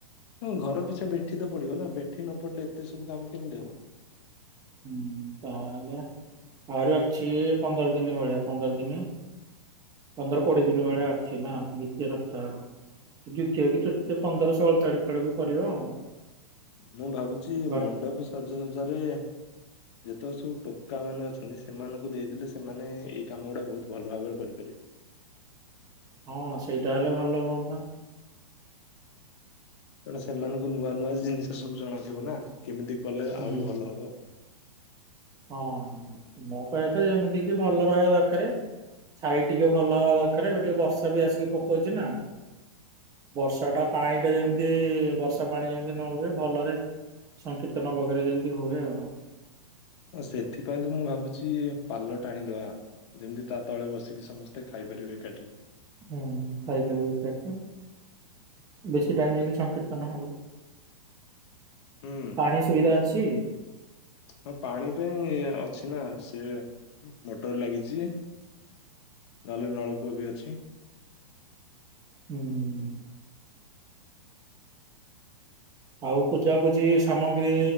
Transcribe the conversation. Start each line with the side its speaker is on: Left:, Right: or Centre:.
Left: ହ ଘର ପିଛା ବେଠି ତ ପଡିବ ନା ବେଠି ନ ପଡିଲେ ଏତେ ସବୁ କାମ କେମିତି ହବ।
Right: ହୁଁ ତାହଲେ। ଆହୁରି ଅଛି ପନ୍ଦର ଦିନ ଭଳିଆ ପନ୍ଦର ଦିନ। ପନ୍ଦର କୋଡିଏ ଦିନ ଭଳିଆ ଅଛି ନା ଦ୍ଵିତୀୟ ସପ୍ତାହର। ଦ୍ଵିତୀୟ କି ତୃତୀୟ ପନ୍ଦର ଷୋହଳ ତାରିଖ ଆଡ଼କୁଖଡକୁ କରିବ ଆଉ।
Left: ମୁଁ ଭାବୁଛି
Right: ବଟ୍
Left: ମଣ୍ଡପ ସଜାସଜାରେ ଯେତେବେଳେ ସବୁ ଟୋକା ମାନେ ଅଛନ୍ତି ସେମାନଙ୍କୁ ଦେଇଦେଲେ ସେମାନେ ଏଇ କାମ ଗୁଡା ବହୁତ ଭଲ ଭାବରେ କରିପାରିବେ।
Right: ହଁ ସେଇଟା ହେଲେ ଭଲ ହୁଅନ୍ତା।
Left: କଣ ସେମାନଙ୍କୁ ନୂଆ ନୂଆ ଜିନିଷ ସବୁ ଜଣାଥିବ ନା କେମିତି। କଲେ ଆହୁରି
Right: ହୁଁ
Left: ଭଲ ହବ
Right: ହଁ। କହିବା କଥା ଯେମିତି କି ଭଲ ରହିବା ଦରକାରେ। ଛାଇ ଟିକେ ଭଲ ହବା ଦରକାର ଏବେ ଟିକେ ବର୍ଷା ବି ଆସିକି ପକଉଛି ନା। ବର୍ଷା ଟା ପାଣି ଟା ଯେମିତି ବର୍ଷା ପାଣି ଯେମିତି ନ ହୁଏ ଭଲରେ। ସଂକୀର୍ତ୍ତନ ଭଲରେ ଯେମିତି ହୁଏ ଆଉ।
Left: ସେଥିପାଇଁ ତ ମୁଁ ଭାବିଛି ପାଲ ଟାଣିଦବା। ଯେମିତି ତା ତଳେ ବସିକି ସମସ୍ତେ ଖାଇପାରିବେ ଏକାଠି।
Right: ହୁଁ ଖାଇପରିବେ ତାକୁ। ବେଶୀ ଟାଇମ ଯେମିତି ସଂକୀର୍ତ୍ତନ ହବ।
Left: ହୁଁ
Right: ପାଣି ସୁବିଧା ଅଛି।
Left: ହଁ ପାଣି ତ ଅଛି ନା ସେ ମୋଟର ଲାଗିଛି। ନହେଲେ ନଳକୂଅ ବି ଅଛି।
Right: ହୁଁ ଉଁ। ଆଉ ପୂଜାପୂଜି ସାମଗ୍ରୀ